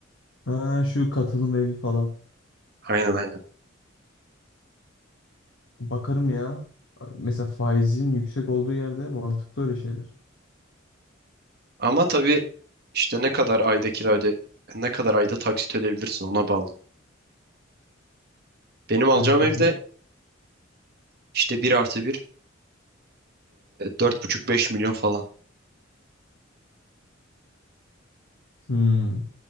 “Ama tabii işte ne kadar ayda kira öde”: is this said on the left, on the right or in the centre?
Right